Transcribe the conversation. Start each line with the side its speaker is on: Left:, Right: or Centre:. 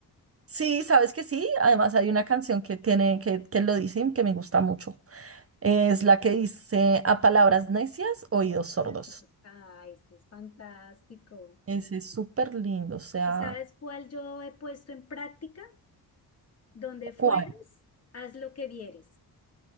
Right: Sí, sabes que sí. Además hay una canción que tiene, que, que lo dicen, que me gusta mucho. Es la que dice a palabras necias, oídos sordos.
Left: Pues, ay, esto es fantástico.
Right: Ese es súper lindo. O sea,
Left: ¿Y sabes cuál yo he puesto en práctica? Donde fueres,
Right: ¿cuál?
Left: haz lo que vieres.